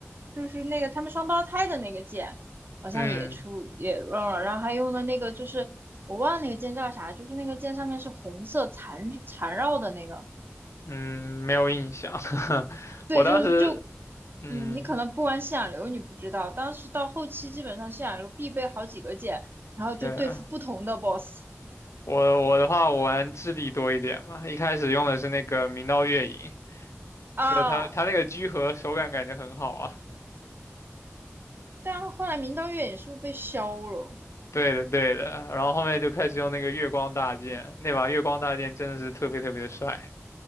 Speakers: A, on the right (about 45°); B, on the left (about 75°).
A: 就是那个他们双胞胎的那个剑，好像也出也用了，
B: 嗯
A: 然后还用的那个就是我忘了那个剑叫啥，就是那个剑上面是红色缠缠绕的那个，
B: 嗯，没有印象。<laughs>
A: 对，
B: 我当时
A: 就就
B: 嗯，
A: 嗯，你可能不玩信仰流你不知道，当时到后期基本上信仰流必备好几个剑，然后就对付不同的
B: 对，
A: BOSS
B: 我我的话，我玩智力多一点嘛，一开始用的是那个明道月影，
A: 啊。
B: 就他他那个居合手感感觉很好啊。
A: 但后来明道月影是不是被削了？
B: 对的对的，然后后面就开始用那个月光大剑，那把月光大剑真的是特别特别的帅。